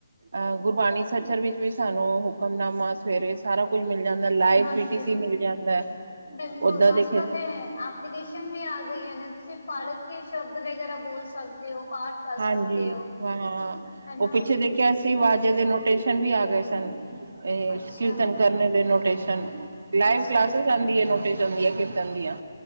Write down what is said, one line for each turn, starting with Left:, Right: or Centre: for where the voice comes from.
Right: ਅਹ ਗੁਰਬਾਣੀ ਸਚਰ ਵਿੱਚ ਵੀ ਸਾਨੂੰ ਹੁਕਮਨਾਮਾ ਸਵੇਰੇ ਸਾਰਾ ਕੁਝ ਮਿਲ ਜਾਂਦਾ ਆ। ਲਾਈਵ
Left: ਹਾਂਜੀ
Right: ਪੀ ਟੀ ਸੀ ਮਿਲ ਜਾਂਦਾ।
Left: ਬਿਲਕੁਲ
Right: ਓਦਾਂ ਦੇਖਿਆ ਜਾਏ।
Left: ਤੇ ਐਪਲੀਕੇਸ਼ਨ ਵੀ ਆ ਗਈਆਂ ਨੇ ਤੁਸੀਂ ਪੜਕੇ ਕੇ ਸ਼ਬਦ ਵਗੈਰਾ ਬੋਲ ਸਕਦੇ ਓ। ਪਾਠ ਕਰ
Right: ਹਾਂਜੀ
Left: ਸਕਦੇ ਹੋ,
Right: ਹਾਂ
Left: ਹੈਨਾ?
Right: ਉਹ ਪਿੱਛੇ ਦੇਖ ਕੈਸੀ ਆਵਾਜੇ ਦੇ ਨੋਟੇਸ਼ਨ ਵੀ ਆ ਗਏ ਸਨ। ਇਹ
Left: ਅੱਛਾ,
Right: ਕੀਰਤਨ ਕਰਨ ਦੇ ਨੋ ਨੋਟੇਸ਼ਨ ਲਾਈਵ
Left: ਅੱਛਾ-ਅੱਛਾ,
Right: ਕਲਾਸਸਿਸ ਆਂਦੀ ਆ ਨੋਟੇਸ਼ਨ ਆਂਦੀ ਆ ਕੀਰਤਨ ਦੀਆਂ।